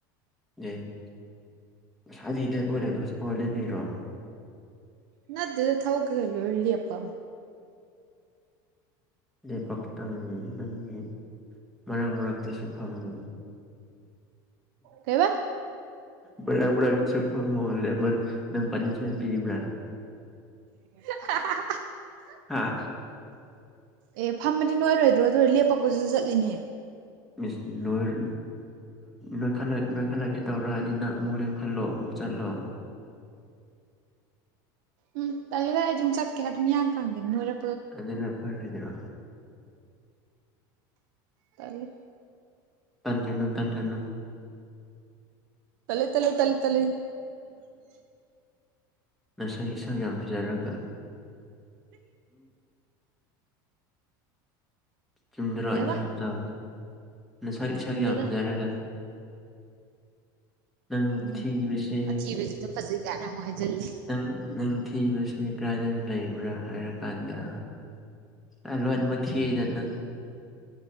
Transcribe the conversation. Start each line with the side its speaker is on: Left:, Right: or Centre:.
Centre: ꯑꯦꯁ ꯑꯗꯤ ꯂꯦꯞꯄ ꯂꯦꯞꯗꯣ ꯍꯧꯖꯤꯛ ꯐꯥꯎꯜ ꯂꯦꯞꯄꯤꯔꯣꯑꯣ
Right: ꯅꯠꯇ ꯊꯧꯒꯂꯨ ꯍꯦꯂꯤ ꯑꯞꯄ ꯑꯃ
Centre: ꯗꯦ ꯄ ꯇꯪ ꯅꯪꯒꯤ ꯃꯔꯛ ꯃꯔꯛꯇꯁꯨ ꯐꯝꯃꯨ
Right: ꯀꯩꯕ
Centre: ꯕꯔꯥꯛ ꯕꯔꯥꯛꯗꯨꯁꯨ ꯐꯝꯃꯣ ꯂꯦꯃꯟ ꯅꯪ ꯄꯥꯅꯤꯁꯃꯦꯟ ꯄꯤꯔꯤꯕ꯭ꯔꯥ
Right: <inaudible>
Centre: ꯑꯥ
Right: ꯑꯦ ꯐꯃꯗꯤ ꯅꯣꯏꯔꯣꯏꯗ꯭ꯔꯣ ꯑꯗꯨ ꯂꯦꯞꯄꯛꯄꯗꯨꯁꯨ ꯆꯠꯂꯤꯅꯦ
Centre: ꯏꯁ ꯅꯣꯏꯣꯏ ꯅꯣꯏꯈꯠꯂꯛꯀꯦ ꯇꯧꯔꯛꯑꯗꯤ ꯅꯪ ꯑꯃꯨꯛ ꯂꯦꯞꯈꯠꯂꯣ ꯑꯃꯨꯛ ꯆꯠꯂꯣ <inaudible>
Right: ꯎꯝ ꯇꯜꯦ ꯚ ꯑꯩ ꯑꯗꯨꯝ ꯆꯠꯀꯦꯔ ꯑꯗꯨꯝ ꯌꯥꯡ ꯈꯪꯗꯦ ꯅꯣꯏꯔ
Centre: ꯑꯗꯨꯗꯅ ꯐꯔ ꯍꯥꯏꯗꯅꯣ
Right: ꯇꯂꯦ
Centre: ꯇꯖꯅꯨ ꯇꯖꯅꯨ
Right: ꯇꯂꯦ ꯇꯂꯦ ꯇꯂꯦ ꯇꯂꯦ
Centre: ꯉꯁꯥꯏ ꯏꯁꯥ ꯌꯥꯝ ꯐꯖꯔꯒ ꯆꯨꯝꯗꯔꯛꯑꯏꯅ
Right: ꯀꯩꯕ
Centre: ꯍꯥꯏꯕꯗ ꯅꯁꯥ
Right: ꯆꯨꯝꯗꯦꯗ
Centre: ꯏꯁꯛ ꯌꯥꯝ ꯐꯖꯔꯒ ꯅꯪ
Right: ꯎꯝ
Centre: ꯊꯖꯁꯦ
Right: ꯑꯊꯤꯕꯁꯤꯗ ꯐꯖꯩ ꯀꯥꯏꯅ ꯑꯃꯨꯛ ꯍꯥꯏꯖꯤꯜꯂꯤ
Centre: ꯅꯪ ꯅꯪ ꯊꯖꯁꯦ ꯀꯗ ꯂꯩꯕ꯭ꯔꯥ ꯍꯥꯏꯔꯀꯥꯟꯗ ꯑ ꯂꯣꯏꯅꯃꯛ ꯊꯤꯗ ꯅꯪ <inaudible>